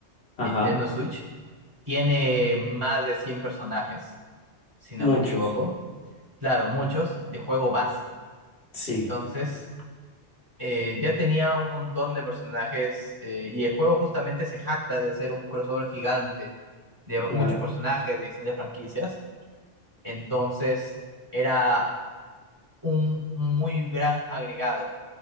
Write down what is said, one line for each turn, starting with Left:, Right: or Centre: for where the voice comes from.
Right: de
Left: Ajá.
Right: Nintendo Switch, tiene más de 100 personajes, si no
Left: Muchos.
Right: me equivoco. Claro, muchos de juego base.
Left: Sí,
Right: Entonces, eh, ya tenía un montón de personajes eh, y el juego justamente se jacta de ser un crossover gigante de
Left: claro,
Right: muchos personajes de distintas franquicias. Entonces, era un muy gran agregado.